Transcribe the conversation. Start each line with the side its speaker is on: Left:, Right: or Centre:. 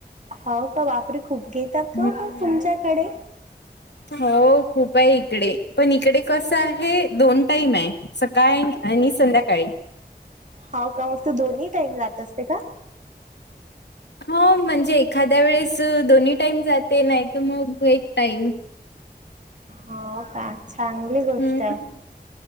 Right: हो का वापरे खूप घेतात
Left: हम्म
Right: ग मग तुमच्याकडे
Left: हो खूप आहे इकडे पण इकडे कस आहे दोन टाईम आहे काय आणि संध्याकाळी
Right: हो का मग तू दोन्ही टाईम जात असते का
Left: हो म्हणजे एखाद्या वेळेस दोन्ही टाईम जाते नाही तर मग एक टाईम
Right: हो का चांगली गोष्ट
Left: हम्म
Right: आहे